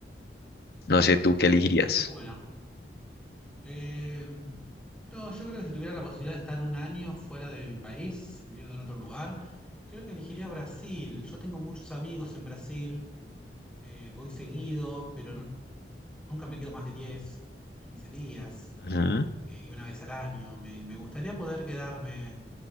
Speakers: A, on the left (about 55°); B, in the centre.
A: No sé tú qué elegirías.
B: Mira qué bueno. Eh, no, yo creo que si tuviera la posibilidad de estar un año fuera de mi país, viviendo en otro lugar, creo que elegiría Brasil. Yo tengo muchos amigos en Brasil, eh, voy seguido, pero nu- nunca me quedo más de 10 15 días,
A: Ujú.
B: eh, y una vez al año. Me, me gustaría poder quedarme,